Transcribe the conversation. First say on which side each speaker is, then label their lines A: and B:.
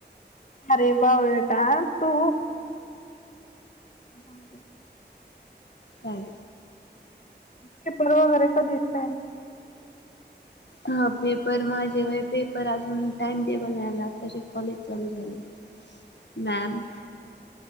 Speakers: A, on the left (about 45°); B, on the left (about 75°).
A: अरे बावळटा तू. जाऊदे.
B: काय?
A: पेपर वगैरे कधी आहेत काय.
B: हा पेपर माझे व्हय पेपर अजून टाइम टेबल नाही आलं आत्ताची कॉलेज चालू झालंय.
A: <unintelligible>
B: मॅम